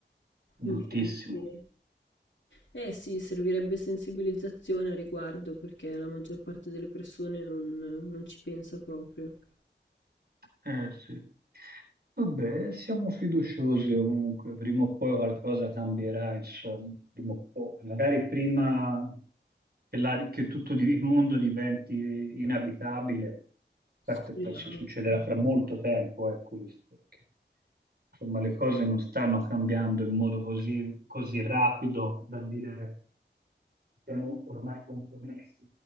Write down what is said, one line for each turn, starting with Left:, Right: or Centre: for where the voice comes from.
Right: bruttissimo.
Left: incredibile. Eh sì, servirebbe sensibilizzazione a riguardo perché la maggior parte delle persone non non ci pensa proprio.
Right: Eh sì. Vabbè, siamo fiduciosi comunque, prima o poi qualcosa cambierà, insomma, prima o poi. Magari prima che, la- che tutto di- il mondo diventi inabitabile, a
Left: Speriamo.
Right: parte penso succederà fra molto tempo, è questo, perché, insomma le cose non stanno cambiando in modo così, così rapido da dire siamo ormai compromessi.